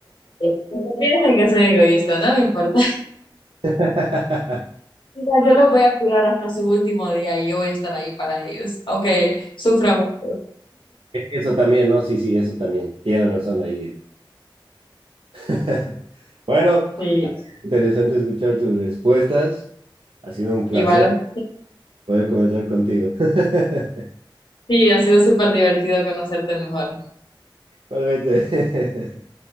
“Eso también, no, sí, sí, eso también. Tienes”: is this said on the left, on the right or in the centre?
Right